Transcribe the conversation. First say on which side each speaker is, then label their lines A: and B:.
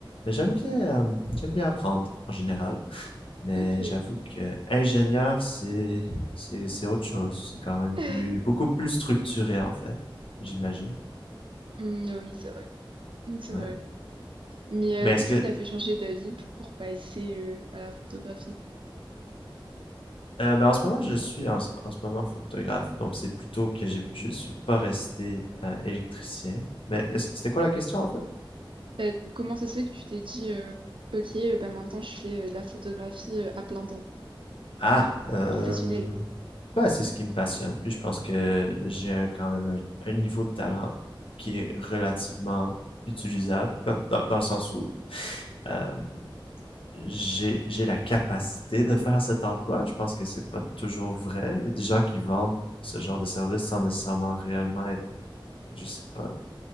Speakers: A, on the left (about 90°); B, on the right (about 70°).
A: mais j'aime bien, euh, j'aime bien apprendre en général. Mais
B: ok.
A: j'avoue que ingénieur, c'est, c'est, c'est autre chose. C'est quand même plus,
B: <laughs>
A: beaucoup plus structuré en fait, j'imagine.
B: Hmm, ah oui, c'est vrai. Hmm, c'est
A: Ouais.
B: vrai. Mais
A: Mais est-ce
B: euh, qu'est-ce
A: que,
B: qui t'a fait changer d'avis pour passer euh, à la photographie?
A: Euh, ben, en ce moment, je suis en, en ce moment photographe, donc c'est plutôt que j'ai, je suis pas resté euh, électricien. Mais est-ce- c'était quoi la question en fait?
B: Bah, comment ça se fait que tu t'es dit, euh, ok, euh, bah, maintenant je fais euh, de la photographie euh, à plein temps,
A: Ah, euh,
B: professionnelle.
A: ben, c'est ce qui me passionne. Puis je pense que j'ai un- quand même un, un niveau de talent qui est relativement utilisable, comme dans, dans le sens où euh, j'ai, j'ai la capacité de faire cet emploi. Je pense que c'est pas toujours vrai. Il y a des gens qui vendent ce genre de service sans nécessairement réellement être, je sais pas,